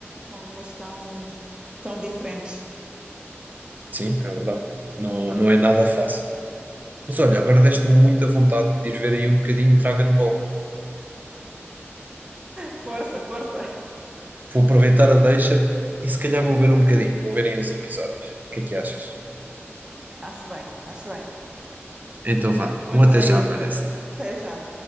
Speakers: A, on the right (about 20°); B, on the right (about 40°).
A: com línguas tão, tão diferentes.
B: Sim, é verdade. Não, não é nada fácil. não. Mas olha, agora deste-me muita vontade de ir ver aí um bocadinho de Dragon Ball.
A: Força, força.
B: Vou aproveitar a deixa e se calhar vou ver um bocadinho. Vou ver aí uns episódios. O que é que achas?
A: Acho bem, acho bem.
B: Então vá.
A: Força
B: Um até
A: aí,
B: já, Vanessa.
A: Pedro. Até já.